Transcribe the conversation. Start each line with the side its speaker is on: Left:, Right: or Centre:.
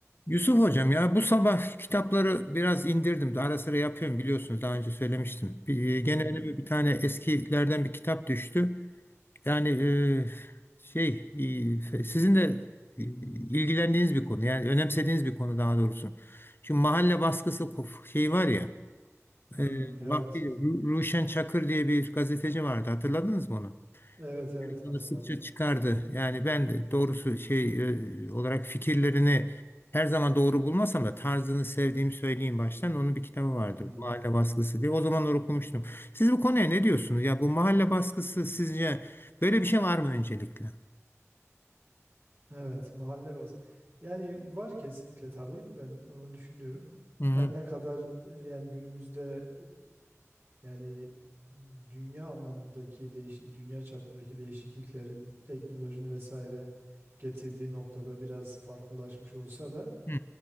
Left: Yusuf hocam ya bu sabah kitapları biraz indirdim. Ara sıra yapıyorum biliyorsunuz daha önce söylemiştim. Bir, e, gene
Right: Hı hı.
Left: önüme bir tane eskilerden bir kitap düştü. Yani e, şey e, sizin de e, ilgilendiğiniz bir konu yani önemsediğiniz bir konu daha doğrusu. Şu mahalle baskısı kof- şeyi var ya
Right: Hmm,
Left: e,
Right: evet.
Left: vaktiyle Ru- Ruşen Çakır diye bir gazeteci vardı hatırladınız mı onu?
Right: Evet evet
Left: Bunu
Right: hatırladım.
Left: sıkça çıkardı. Yani ben de doğrusu şey e, olarak fikirlerini her zaman doğru bulmasam da tarzını sevdiğimi söyleyeyim baştan. Onun bir kitabı vardı.
Right: Hmm,
Left: Mahalle baskısı diye. O zamanlar okumuştum. Siz bu konuya ne diyorsunuz? Ya bu mahalle baskısı sizce böyle bir şey var mı öncelikle?
Right: Evet mahalle bas. Yani var kesinlikle tabii ben onu düşünüyorum.
Left: Hı hı.
Right: Her ne kadar e, yani günümüzde e, yani dünya anlamındaki değiş dünya çapındaki değişikliklerin teknolojinin vesaire getirdiği noktada biraz farklılaşmış olsa da
Left: Hı.